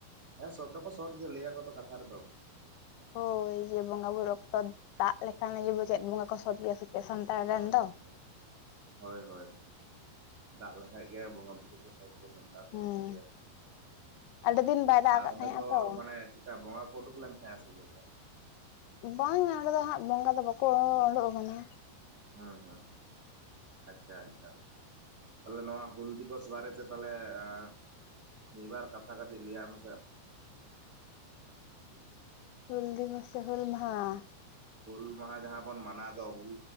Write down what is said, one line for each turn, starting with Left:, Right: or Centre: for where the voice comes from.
Right: ᱦᱮᱸ ᱥᱚᱛ ᱫᱚ-ᱠᱚ ᱥᱚᱛ ᱜᱮ ᱞᱟᱹᱭᱟᱠᱚ ᱛᱚ ᱠᱟᱛᱷᱟ ᱨᱮᱫᱚ᱾
Left: ᱦᱳᱭ ᱡᱮ ᱵᱚᱸᱜᱟ ᱵᱩᱨᱩ ᱚᱠᱛᱚ ᱫᱟᱜ ᱞᱮᱠᱷᱟᱱ ᱜᱮ᱾ ᱵᱩᱡᱟ ᱪᱮᱫ ᱵᱚᱸᱜᱟ ᱠᱚ ᱥᱚᱛ ᱜᱮᱭᱟ ᱥᱮ᱾ ᱪᱮᱫ ᱥᱟᱱᱛᱟᱲ
Right: ᱦᱚ,
Left: ᱨᱮᱱ
Right: ᱦᱮ
Left: ᱫᱚ
Right: ᱦᱮ ᱾ ᱦᱳᱭ, ᱦᱳᱭ ᱫᱟᱜ ᱞᱮᱠᱷᱟᱡ ᱜᱮ, ᱵᱚᱸᱜᱟ ᱵᱩᱨᱩ ᱠᱚ ᱥᱚᱵᱮ ᱠᱟᱨ ᱴᱷᱮᱱ
Left: ᱦᱮᱸ
Right: ᱠᱷᱚᱱ ᱞᱟᱹᱭ ᱭᱟᱠᱚ,
Left: ᱟᱹᱰᱤ ᱫᱤᱱ ᱵᱟᱭ ᱫᱟᱜ
Right: ᱟ
Left: ᱟᱠᱟᱫ
Right: ᱚᱸᱰᱮ
Left: ᱛᱟᱦᱮᱸᱜᱼᱟ
Right: ᱫᱚ
Left: ᱛᱚ
Right: ᱢᱟᱱᱮ ᱪᱮᱫ ᱠᱟ ᱵᱚᱸᱜᱟ ᱠᱚ ᱩᱰᱩᱠ ᱞᱮᱱ ᱛᱟᱦᱮᱸᱼᱟ, ᱥᱮ ᱪᱮᱫ ᱞᱮᱠᱟ?
Left: ᱵᱟᱝᱼᱟ ᱚᱸᱰᱮ ᱫᱚ ᱦᱟᱸᱜ ᱵᱚᱸᱜᱟ ᱫᱚ ᱵᱟᱠᱚᱸᱻ ᱚᱸᱰᱚᱜ ᱟᱠᱟᱱᱟ ᱾
Right: ᱦᱚᱸ ᱦᱚᱸ ᱟᱪᱪᱷᱟ ᱟᱪᱪᱷᱟ ᱾ ᱛᱟᱦᱮᱞᱮ ᱱᱚᱣᱟ ᱦᱩᱞ ᱫᱤᱵᱚᱥ ᱵᱟᱨᱮ ᱛᱮ ᱛᱟᱦᱮᱞᱮ ᱮᱸ ᱢᱤᱫ ᱵᱟᱨ ᱠᱟᱛᱷᱟ ᱠᱟᱹᱴᱤᱡ ᱞᱟᱹᱭᱼᱟᱜ ᱢᱮᱥᱮ?
Left: ᱦᱩᱞ ᱫᱤᱵᱚᱥ ᱥᱮ ᱦᱩᱞ ᱢᱟᱦᱟᱸ?
Right: ᱦᱩᱞ ᱢᱟᱦᱟ ᱡᱟᱦᱟᱸ ᱵᱚᱱ ᱢᱟᱱᱟᱣ ᱫᱚ ᱦᱩᱞ